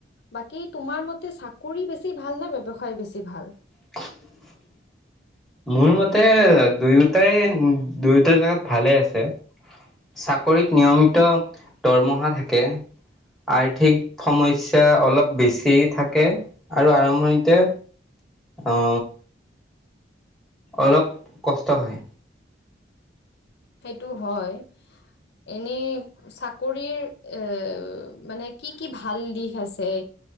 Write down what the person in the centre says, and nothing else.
<unintelligible> মোৰ মতে দুয়োটাই দুয়োটাৰ জেগাত ভালে আছে। চাকৰিত নিয়মিত দৰমহা থাকে। আৰ্থিক সমস্যা অলপ বেছি থাকে আৰু আৰম্ভণিতে। অ। অলপ কষ্ট হয়।